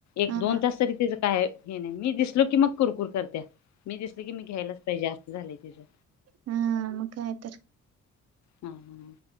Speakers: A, on the left; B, on the right.
A: एक
B: हां,
A: दोन तास तरी काय हे नाही मी दिसलो की मग कुरकुर करत्या मी दिसल की मी घ्यायलाच पाहिजे जास्त झाले तिचं
B: हा म कायतरी
A: हम् ह